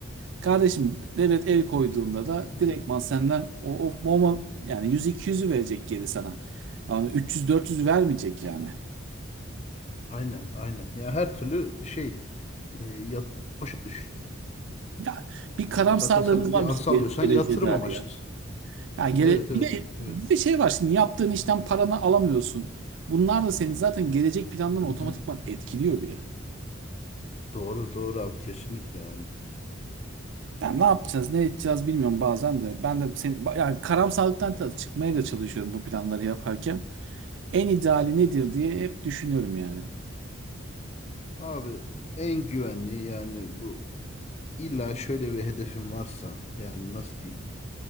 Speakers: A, on the right; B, on the left.
A: Kardeşim devlet el koyduğunda da
B: Hı hı.
A: direktman senden o, o, o yani 100-200'ü verecek geri sana. Yani 300-400'ü vermeyecek yani.
B: Aynen aynen. Ya her türlü şey e, yat boşa düş.
A: Ya bir karamsarlığımız
B: E, zaten sen
A: var
B: bir
A: bizim
B: arsa
A: gele-
B: alıyorsan
A: geleceğe
B: yatırım
A: dair
B: amaçlı.
A: ya. Ya gele,
B: Evet
A: bir
B: evet
A: de
B: evet.
A: bir de şey var şimdi yaptığın işten paranı alamıyorsun. Bunlar da senin zaten gelecek planlarını
B: Hı
A: otomatikman
B: hı.
A: etkiliyor bile.
B: Doğru doğru abi kesinlikle yani.
A: Yani ne yapacağız, ne edeceğiz bilmiyorum bazen de. Ben de seni yani karamsarlıktan da çıkmaya da çalışıyorum bu planları yaparken. En ideali nedir diye hep düşünüyorum yani.
B: Abi en güvenli yani bu illa şöyle bir hedefin varsa yani nasıl diyeyim?